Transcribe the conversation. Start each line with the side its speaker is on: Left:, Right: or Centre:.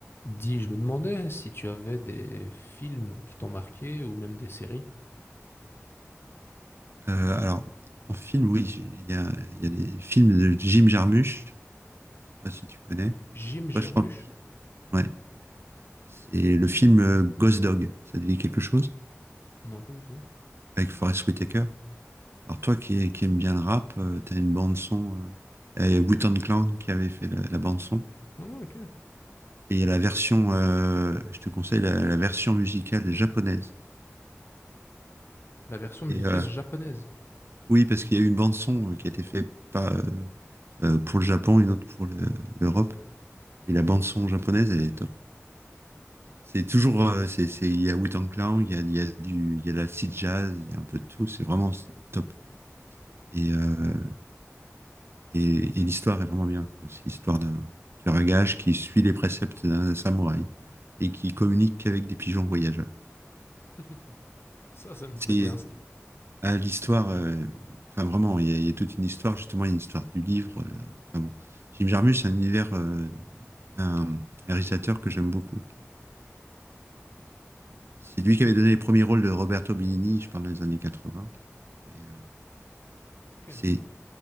Left: Dis, je me demandais si tu avais des films qui t'ont marqué ou même des séries.
Right: Euh, alors, en film, oui, j'ai- il y a, il y a des films de Jim Jarmusch, je sais pas si tu connais.
Left: Jim
Right: Toi,
Left: Jarmusch?
Right: je pense. Ouais. C'est le film euh, Ghost Dog, ça te dit quelque chose?
Left: Non, pas du tout.
Right: Avec Forest Whitaker. Alors toi qui, qui aimes bien le rap, euh, t'as une bande son. euh, Il y a Wu-Tang Clan qui avait fait la, la bande son.
Left: Oh, ok.
Right: Et il y a la version, euh, je te conseille la, la version musicale japonaise.
Left: La version musicale
Right: Et euh,
Left: japonaise.
Right: oui, parce qu'il y a eu une bande son euh, qui a été faite pas euh, euh, pour le Japon, une autre pour le- l'Europe. Et la bande son japonaise, elle est top. C'est toujours, euh, c'est, c'est- il y a Wu-Tang Clan, il y a, il y a du, il y a de la seed jazz, il y a un peu de tout. C'est vraiment top. Et, euh, et, et l'histoire est vraiment bien. C'est l'histoire d'un tueur à gages qui suit les préceptes d'un samouraï et qui communique qu'avec des pigeons voyageurs.
Left: <laughs> Ça, ça me
Right: C'est
Left: plaît bien, ça.
Right: ah, l'histoire, euh, enfin vraiment, il y, a, il y a toute une histoire. Justement, il y a une histoire du livre. euh, enfin bon, Jim Jarmusch, c'est un univers, euh, un, un réalisateur que j'aime beaucoup. C'est lui qui avait donné les premiers rôles de Roberto Benigni, je parle des années 80. Et, euh,
Left: Ok,
Right: c'est